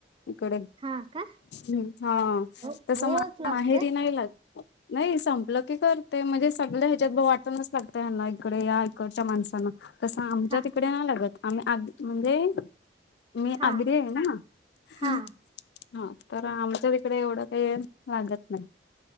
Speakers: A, on the left (about 65°); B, on the right (about 30°).
A: इकडे
B: हा का
A: हम् हा
B: रोज
A: तस
B: लागतय
A: माहेरी नाही लागत. नाही संपलं की करते म्हणजे सगळ ह्याच्यात ब वाटणच लागतं हना इकडे या इकडच्या माणसांना. तसं आमच्या
B: हा
A: तिकडे नाही लागत आम्ही <unintelligible> म्हणजे मी
B: हा
A: आग्री हाय ना, ह,
B: हा
A: ह तर आमच्या तिकडे एवढं काही लागत नाय.